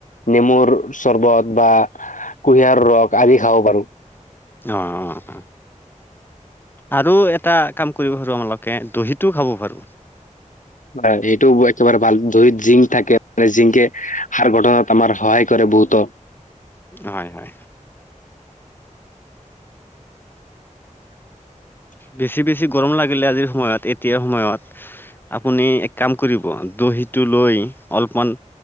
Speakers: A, on the left; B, on the left.
A: নেমুৰ চৰ্বত, বা কুঁহিয়াৰ ৰস আদি খাব পাৰোঁ।
B: অ', অ', অ', আৰু এটা কাম কৰিব পাৰো আমালোকে দহিটো খাব পাৰো।
A: হয়, এইটো একেবাৰে ভাল দহিত জিংক থাকে, মানে জিংকে হাৰ গঠনাত আমাৰ সহায় কৰে। বহুতো।
B: হয়, হয়,
A: <inaudible>
B: বেছি বেছি গৰম লাগিলে আজিৰ সময়ত, এতিয়াৰ সময়ত আপুনি এক কাম কৰিব দহি টো লৈ অলপমান